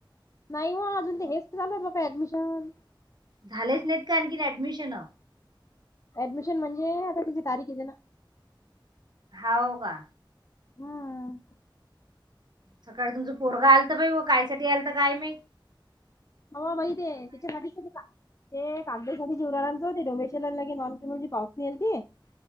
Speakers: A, on the left; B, on the right.
A: नाही वा अजून ते हेच झालय त्याच ऍडमिशन.
B: झालेच नाहीत का आणखीन ऍडमिशन.
A: ऍडमिशन म्हणजे आता त्याची तारीख येते ना.
B: हाव का?
A: हममंम..
B: सकाळी तुमचं पोरग आलत बाई व कायसाठी आलत काय माहित.
A: अव बाई ते तिच्यासाठी का ते. <unintelligible>